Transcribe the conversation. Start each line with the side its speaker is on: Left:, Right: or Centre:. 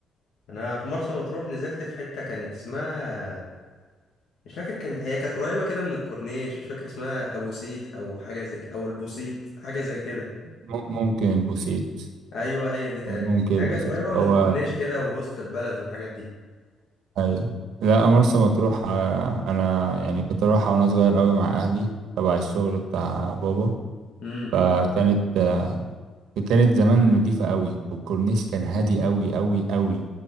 Left: انا في مرسى مطروح نزلت في حته كانت اسمها مش فاكر كان هي كانت قريبه كده من الكورنيش مش فاكر اسمها ابو سيت او حاجه زي كده او البوسيت حاجه زي كده
Right: مم- ممكن البوسيت
Left: ايوه هي دي تقريبا
Right: ممكن
Left: هي
Right: البوسيت
Left: كانت قريبه من
Right: هو
Left: الكورنيش كده ووسط البلد والحاجات دي
Right: ايوه لا مرسى مطروح آه، انا يعني كنت اروحها وانا صغير قوي مع اهلي تبع الشغل بتاع بابا
Left: امم
Right: فكانت آه، كانت زمان نضيفه قوي والكورنيش كان هادي قوي قوي قوي